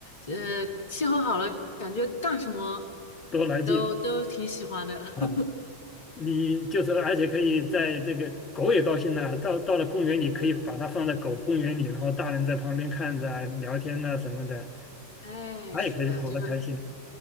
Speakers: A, on the left (about 55°); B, on the left (about 25°).
A: 呃，气候好了，感觉干什么
B: 多来劲
A: 都都挺喜欢的。<laughs>
B: 啊！你就是，而且可以在这个狗也高兴呢。到到了公园里，可以把它放在狗公园里，然后大人在旁边看着啊、聊天呐、什么的，
A: 哎，
B: 它也可以跑得开心
A: 是的，就